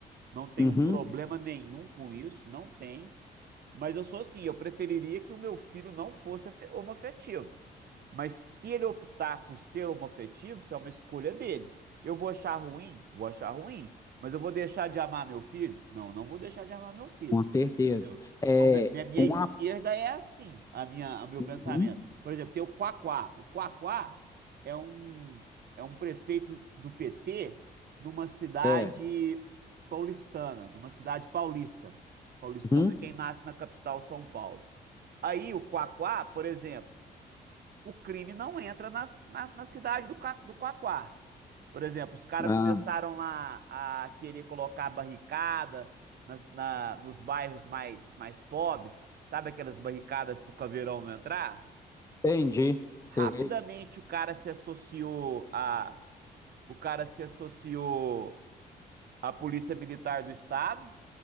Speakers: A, on the right (about 50°); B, on the left (about 15°).
A: não tenho
B: uhum,
A: problema nenhum com isso, não tenho. Mas eu sou assim, eu preferiria que o meu filho não fosse afe- homoafetivo. Mas se ele optar por ser homoafetivo, isso é uma escolha dele. Eu vou achar ruim? Vou achar ruim. Mas eu vou deixar de amar meu filho? Não, não vou deixar de amar meu filho.
B: com certeza.
A: Entendeu?
B: É,
A: Então, mi- minha, minha
B: uma...
A: esquerda é assim, a minha, o meu
B: Uhum,
A: pensamento. Por exemplo, tem o Quaquá. O Quaquá é um, é um prefeito do PT numa cidade
B: é,
A: paulistana, numa cidade paulista. Paulistano
B: uhum,
A: é quem nasce na capital São Paulo. Aí o Quaquá, por exemplo, o crime não entra na, na, na cidade do, Ca- do Quaquá. Por exemplo, os caras
B: ah,
A: começaram lá a querer colocar barricada nas- na- nos bairros mais, mais pobres, sabe aquelas barricadas pro caveirão não entrar?
B: entendi, sei.
A: Rapidamente o cara se associou a, o cara se associou à Polícia Militar do Estado.